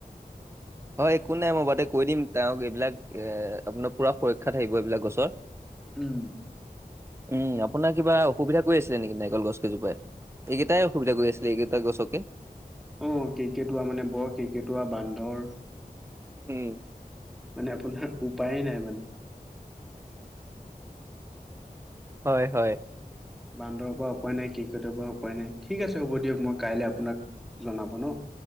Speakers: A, on the right; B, in the centre.
A: <inaudible> হয় একো নাই মই বাটে কৈ দিম তেওঁক এইবিলাক এ আপোনাৰ পুৰা সুৰক্ষাত থাকিব এইবিলাক গছৰ
B: উম
A: উম আপোনাৰ কিবা অসুবিধা কৰি আছিলে নেকি নাৰিকল গছ কেইজোপাই এইকেইটাই অসুবিধা গৈ আছিলে এইকেইটা গছকে
B: অ কেৰ্কেটুৱা মানে বৰ কেৰ্কেটুৱা বান্দৰ
A: উম।
B: মানে আপোনাৰ উপায়ে নাই মানে
A: হয়, হয়।
B: বান্দৰৰ পৰা উপায় নাই, কেকোটৰ পৰা উপায় নাই, ঠিক আছে হ'ব দিয়ক মই কাইলৈ আপোনাক জনাব ন।